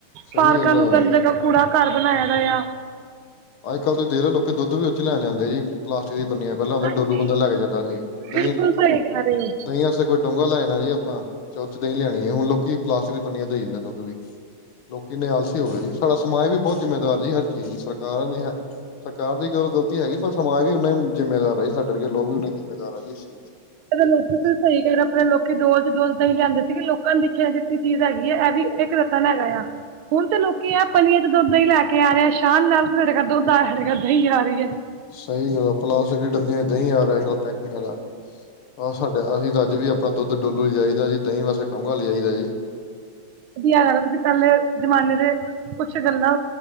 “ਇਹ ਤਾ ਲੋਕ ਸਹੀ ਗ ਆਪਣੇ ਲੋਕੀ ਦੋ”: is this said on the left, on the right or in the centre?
Right